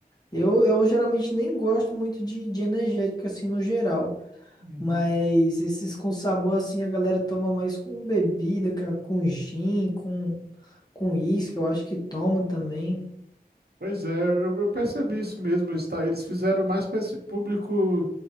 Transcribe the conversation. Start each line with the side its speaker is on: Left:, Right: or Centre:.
Left: Eu, eu geralmente nem gosto muito de, de energético assim no geral.
Right: Uhum.
Left: Mas esses com sabor, assim, a galera toma mais com bebida, cara, com gin, com com uísque, eu acho que toma também.
Right: Pois é, eu, eu percebi isso mesmo. está- Eles fizeram mais para esse público